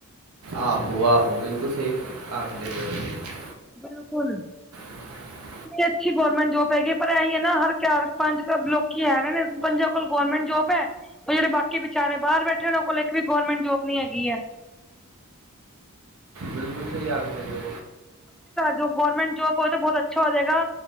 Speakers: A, on the right; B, in the centre.
A: ਆਹੋ ਆਹੋ ਬਿਲਕੁਲ ਸਹੀ ਆਖਦੇ ਪੈਓ।
B: ਬਿਲਕੁਲ।
A: <inaudible>
B: ਅੱਛੀ ਗੌਰਮੈਂਟ ਜੋਬ ਹੈਗੀ ਪਰ ਇਹੀ ਹੈ ਨਾ ਹਰ ਚਾਰ ਪੰਜ ਲੋਕੀ ਹੈ ਨੇ ਨੇ ਪੰਜ ਕੋਲ ਗੌਰਮੈਂਟ ਜੋਬ ਹੈ ਉਹ ਜਿਹੜੇ ਬਾਕੀ ਵਿਚਾਰੇ ਬਾਹਰ ਬੈਠੇ ਉਹਨਾਂ ਕੋਲ ਇੱਕ ਵੀ ਗੌਰਮੈਂਟ ਜੋਬ ਨੀ ਹੈਗੀ ਹੈ
A: ਬਿਲਕੁਲ ਸਹੀ ਆਖਦੇ ਪਏ
B: ਜੋ ਗਵਰਮੈਂਟ ਜੋਬ ਹੋ ਬਹੁਤ ਅੱਛਾ ਹੋ ਜਾਏਗਾ